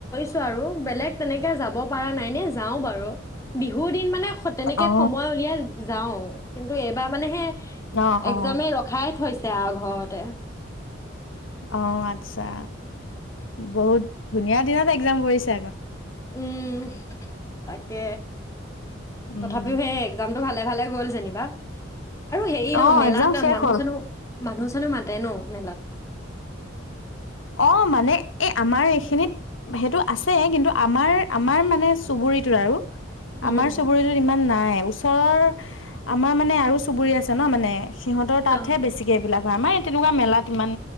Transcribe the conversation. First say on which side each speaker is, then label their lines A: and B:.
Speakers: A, on the left (about 15°); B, on the left (about 75°).
A: <unintelligible> আৰু বেলেগ তেনেকে যাব পৰা নাই নে যাও বাৰু বিহু দিন মানে স তেনেকে
B: অ
A: সময় উলিয়াই যাওঁ। কিন্তু এইবাৰ মানে হে
B: অ অ
A: একজামে ৰখাই থৈছে। এয়া ঘৰতে
B: অ আচ্ছা, বহুত ধুনীয়া দিনত একজাম কৰিছে আকৌ।
A: উম, তাকে
B: উম,
A: তথাপিও সেই একজাম ভালে ভালে গ'ল জেনিবা। আৰু হেৰি ন
B: অ'
A: মেলাত
B: এক্জাম শেষ
A: মানুহ
B: হ'ল।
A: চানো মানুহ চানো মা তেনো মেলাত।
B: অ, মানে এই আমাৰ এইখিনিত সেইটো আছে। কিন্তু আমাৰ আমাৰ মানে চুবুৰীটোৰ আৰু।
A: উম,
B: আমাৰ
A: উম,
B: চুবুৰীটো ইমান নাই। ওচ ওচৰৰ, আমাৰ মানে আৰু চুবুৰী আছে ন মানে। সিহঁতৰ তাতহে
A: অ',
B: বেছিকে এইবিলাক হয়। আমাৰ তেনেকুৱা মেলাত ইমান